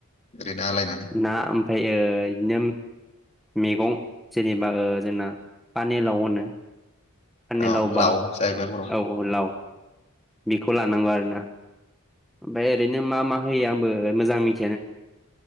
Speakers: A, on the left; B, in the centre.
A: ओरैनो आलायनानै
B: ना ओमफ्राय बिदिनो मैगं। जेनेबा जोंना पानेलाव अनो। पानि
A: अ
B: लावबा
A: लाव जाहैबाय बर'आव
B: औ औ लाव। बेखौ लानांगौ आरोना ओमफ्राय ओरैनो मा मा होयो आंबो मोजां मिथि